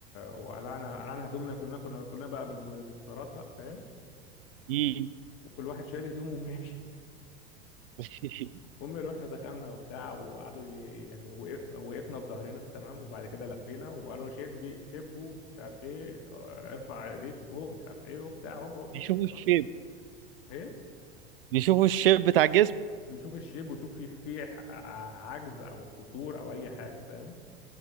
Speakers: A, on the left; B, on the right.
A: وقلعنا قلعنا هدومنا كلنا كنا كلنا بقى بالبوكسرات بقى فاهم
B: مم.
A: وكل واحد شايل هدومه وماشي
B: <laughs>
A: <laughs> المهم رحنا دخلنا وبتاع وقعدوا ي- يعني وقف وقفنا بظهرنا تمام وبعد كده لفينا وقالوا شبي شبوا مش عارف ايه ارفع ايديك فوق مش عارف ايه وبتاع هوب هوب
B: بيشوفوا
A: هوب
B: الشيب
A: تمام ايه
B: بيشوفوا الشيب بتاع الجسم
A: بيشوف الشيب ويشوف فيه فيه ح- عجز او قصور او اي حاجه فاهم